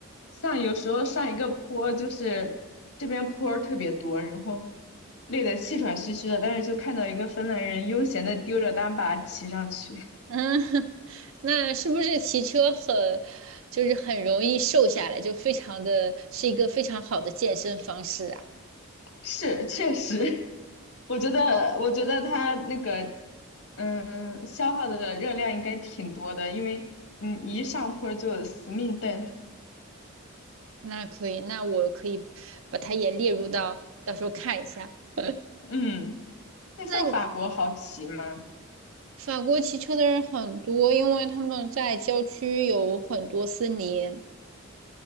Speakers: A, on the left (about 85°); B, on the right (about 65°).
A: 像有时候上一个坡，就是这边坡儿特别多，然后累得气喘吁吁的，但是就看到一个芬兰人悠闲的丢着单把骑上去，
B: 嗯，<laughs> 那是不是骑车很，就是很容易瘦下来，就非常的是一个非常好的健身方式啊？
A: <laughs> 是确实，<laughs> 我觉得我觉得他那个嗯消耗的热量应该挺多的，因为嗯一上坡就死命蹬，
B: 那可以，那我可以把它也列入到，到时候看一下。<laughs>
A: 嗯。那像法国好骑吗？
B: 那你法国骑车的人很多，因为他们在郊区有很多森林，